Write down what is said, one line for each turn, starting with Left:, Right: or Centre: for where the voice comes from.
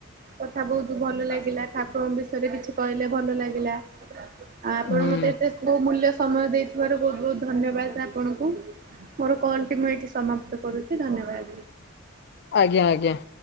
Right: କଥା ବହୁତ ଭଲ ଲାଗିଲା। ଠାକୁରଙ୍କ ବିଷୟରେ କିଛି କହିଲେ ଭଲ ଲାଗିଲା ଆଉ ଆପଣ
Left: ହୁଁ।
Right: ମତେ ଏତେ ବହୁ ମୂଲ୍ୟ ସ ସମୟ ଦେଇଥିବାର ବହୁତ ବହୁତ ଧନ୍ୟବାଦ ଆପଣଙ୍କୁ। ମୋର କଲ୍ ଟି ମୁଁ ଏଇଠି ସମାପ୍ତ କରୁଛି ଧନ୍ୟବାଦ।
Left: ଆଜ୍ଞା ଆଜ୍ଞା।